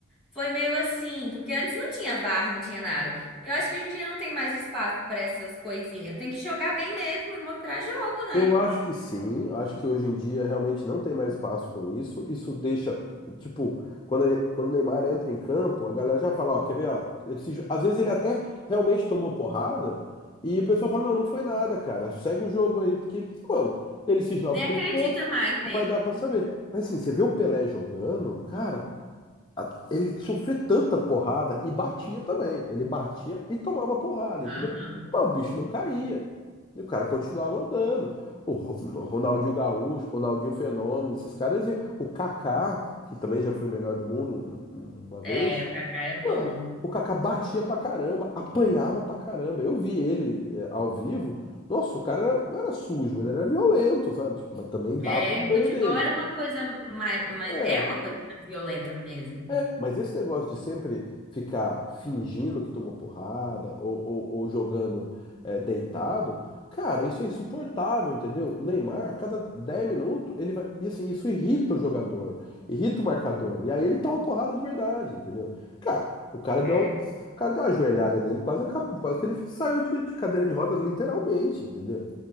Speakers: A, in the centre; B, on the left (about 20°).
A: foi meio assim, porque antes não tinha VAR, não tinha nada. Eu acho que hoje em dia não tem mais espaço para essas coisinhas. Tem que jogar bem mesmo e mostrar jogo, né?
B: Eu acho que sim, acho que hoje em dia realmente não tem mais espaço com isso. Isso deixa, tipo, quando, ele- quando o Neymar entra em campo, a galera já fala, ó, quer ver, ó, ele se jo- às vezes ele até realmente tomou porrada e o pessoal fala, não, não foi nada, cara, segue o jogo aí, porque, mano, ele se joga
A: Nem
B: o tempo
A: acredita
B: todo,
A: mais
B: não
A: nele.
B: vai dar pra saber. Mas assim, você vê o Pelé jogando, cara, a- ele sofria tanta porrada e batia também. Ele batia e tomava porrada, entendeu?
A: Aham.
B: Mas o bicho não caía. E o cara continuava andando. O Ro- Ronaldinho Gaúcho, Ronaldinho Fenômeno, esses caras iam. O Kaká, que também já foi melhor do mundo um- um- uma vez.
A: É, o Kaká é bom.
B: Mano, o Kaká batia pra caramba, apanhava pra caramba. Eu vi ele é, ao vivo. Nossa, o cara era- não era sujo, ele era violento, sabe? Tipo, mas também
A: É,
B: dava no meio
A: futebol
B: dele.
A: era uma coisa mais, mais,
B: É,
A: é uma coisa mais violenta mesmo.
B: É, mas esse negócio de sempre ficar fingindo que tomou porrada ou, ou, ou jogando é, deitado, cara, isso é insuportável, entendeu? O Neymar, a cada 10 minutos, ele vai. E assim, isso irrita o jogador, irrita o marcador. E aí ele toma porrada de verdade, entendeu? Cara, o cara deu,
A: É.
B: um- o cara deu uma ajoelhada nele, quase, acabou, quase que ele saiu de, de cadeira de rodas, literalmente, entendeu?